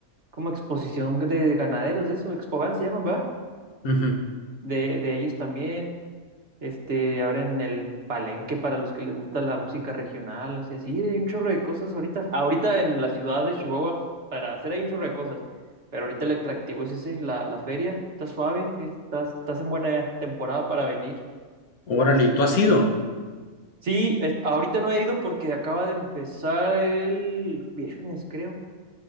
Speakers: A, on the right; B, on the left.
A: como exposición de, de ganaderos de eso, Expogan se llaman, ¿verdad?
B: Ujú.
A: De, de ellos también. Este, ahora en el Palenque para los que les gusta la música regional, o sea, sí, hay un chorro de cosas ahorita. Ahorita en la ciudad de Chihuahua para hacer hay un chorro de cosas, pero ahorita el atractivo es ese, la, la feria, está suave, sí, estás, estás en buena temporada para venir.
B: Órale, ¿y tú has ido?
A: Sí, es- ahorita no he ido porque acaba de empezar el viernes, creo.